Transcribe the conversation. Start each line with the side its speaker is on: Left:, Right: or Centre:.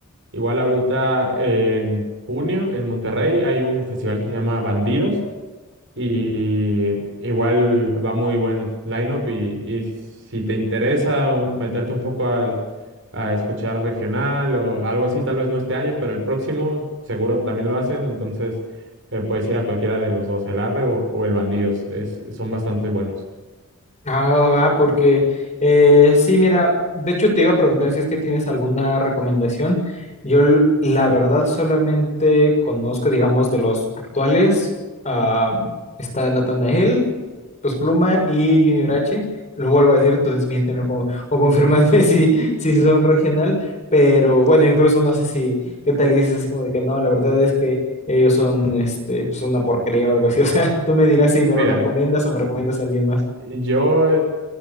Right: Igual ahorita en junio en Monterrey hay un festival que se llama Bandidos y igual va muy buen line-up y, y si te interesa un- meterte un poco al, a escuchar regional o algo así, tal vez no este año, pero el próximo seguro también lo hacen, entonces eh, puedes ir a cualquiera de los dos, el Arre o, o el Bandidos, es- son bastante buenos.
Left: Ah, va, porque eh, sí, mira, de hecho te iba a preguntar si es que tienes alguna recomendación. Yo l- la verdad solamente conozco, digamos, de los actuales, ah, está Natanael, Los Pluma y Junior H. Lo vuelvo a decir, tú desmiénteme o, o confírmame <laughs> si, si son regional, pero bueno, incluso no sé si, qué tal y dices así como de que no, la verdad es que ellos son, este, son una porquería o algo así. <laughs> O sea, tú me dirás si me
Right: Mira,
Left: lo recomiendas o me recomiendas a alguien más.
Right: yo